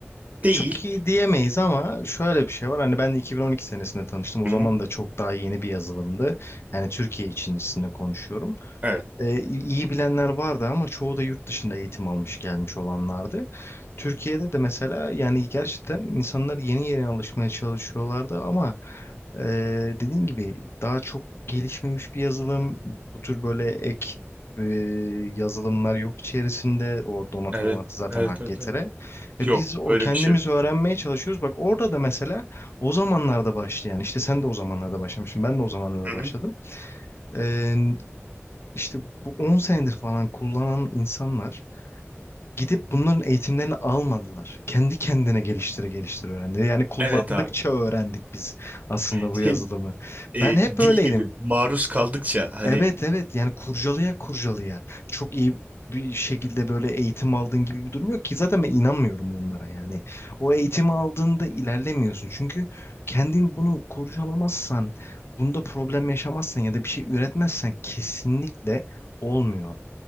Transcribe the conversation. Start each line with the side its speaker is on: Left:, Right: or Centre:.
Right: Değil.
Left: Çok iyi diyemeyiz ama şöyle bir şey var. Hani ben de 2012 senesinde tanıştım. O
Right: Hı-hı.
Left: zaman da çok daha yeni bir yazılımdı. Yani Türkiye içerisinde konuşuyorum.
Right: Evet.
Left: Ee, iyi bilenler vardı ama çoğu da yurt dışında eğitim almış gelmiş olanlardı. Türkiye'de de mesela yani gerçekten insanlar yeni yeni alışmaya çalışıyorlardı ama e, dediğin gibi daha çok gelişmemiş bir yazılım, bu tür böyle ek e, yazılımlar yok içerisinde. O donatım
Right: Evet.
Left: zaten
Right: Evet.
Left: hak
Right: Evet.
Left: getire.
Right: evet.
Left: Ve
Right: Yok.
Left: biz o
Right: Öyle
Left: kendimiz
Right: bir şey yok.
Left: öğrenmeye çalışıyoruz. Bak orada da mesela o zamanlarda başlayan yani işte sen de o zamanlarda başlamışsın ben de o zamanlarda
Right: Hı-hı.
Left: başladım. Ee, işte bu 10 senedir falan kullanan insanlar gidip bunların eğitimlerini almadılar. Kendi kendine geliştire geliştire öğrendi. Yani kullandıkça
Right: Evet abi.
Left: öğrendik biz aslında
Right: Şimdi
Left: bu yazılımı.
Right: e,
Left: Ben hep öyleydim.
Right: dil gibi maruz kaldıkça hani
Left: Evet evet yani kurcalaya kurcalaya çok iyi bir şekilde böyle eğitim aldığın gibi bir durum yok ki zaten ben inanmıyorum onlara yani. O eğitimi aldığında ilerlemiyorsun çünkü kendin bunu kurcalamazsan bunda problem yaşamazsan ya da bir şey üretmezsen kesinlikle olmuyor.